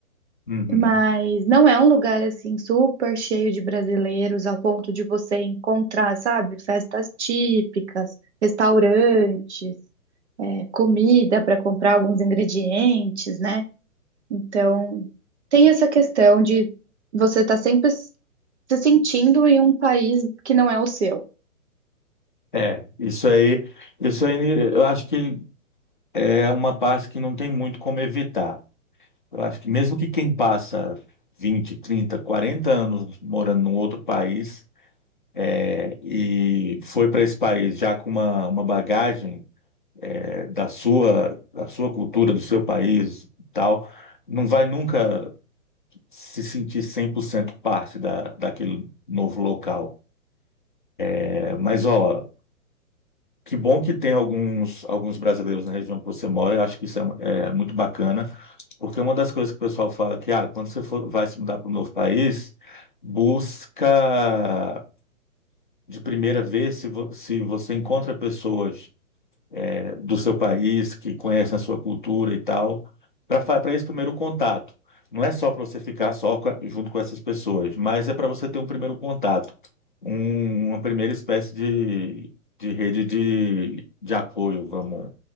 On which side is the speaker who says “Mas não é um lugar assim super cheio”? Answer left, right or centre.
Right